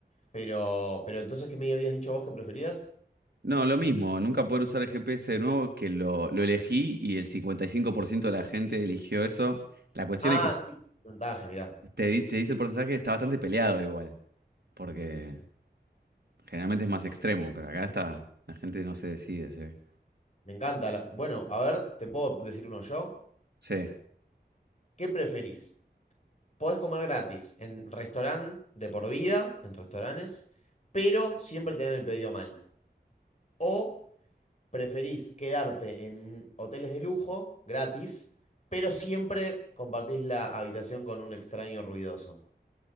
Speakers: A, on the left; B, on the right.
A: Pero, pero entonces, ¿qué me habías dicho vos que preferías?
B: No, lo mismo, nunca poder usar el GPS de nuevo, que lo, lo elegí y el 55% de la gente eligió eso. La cuestión
A: Ah,
B: es que
A: Sí. Porcentaje, mirá.
B: te, di- te dice el porcentaje está bastante peleado igual, porque generalmente es más extremo, pero acá está, la gente no se decide, se ve.
A: Me encanta. la- Bueno, a ver, te puedo decir uno yo.
B: Sí.
A: ¿Qué preferís? Podés comer gratis en restaurante de por vida, en restaurantes, pero siempre te dan el pedido mal. O preferís quedarte en hoteles de lujo, gratis, pero siempre compartís la habitación con un extraño ruidoso,